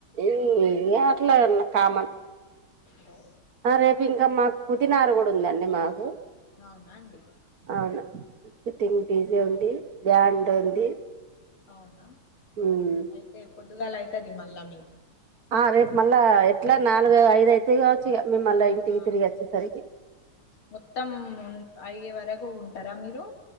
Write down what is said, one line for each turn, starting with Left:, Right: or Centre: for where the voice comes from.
Right: ఉమ్ ఏ అట్లా అన్న కామన్
Left: సరే
Right: ఆ రేపు ఇంకా మాకు పుదీనారు కూడా ఉందండి మాకు
Left: అవునా అండి
Right: అవును ఇప్పుడు డిష్ ఉంది బ్యాండ్ ఉంది
Left: అవునా?
Right: ఉమ్మ్
Left: అయితే పొద్దుగాల అయితది మళ్ళా మీకు
Right: ఆ రేపు మళ్ళా ఎట్లా నాలుగు ఐదు ఐతు తిగావచ్చు ఇక మీరు మళ్ళా ఇంటికి
Left: ఆ
Right: తిరిగి వచ్చేసరికి
Left: మొత్తం ఉన్ అయ్యే వరకు ఉంటారా మీరు?